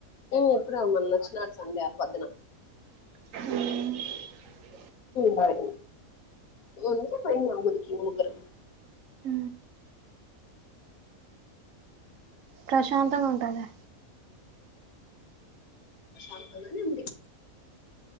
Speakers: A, on the left (about 85°); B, on the right (about 70°).
A: అప్పుడ మోన్నచ్చినడు సండే ఆపద్నా
B: <inaudible>
A: మడీ ఇగో ఇంకే పొయిన గుడికి ముగురం
B: అ ప్రశాంతంగా ఉంటదా
A: ప్రశాంతంగా నే ఉంది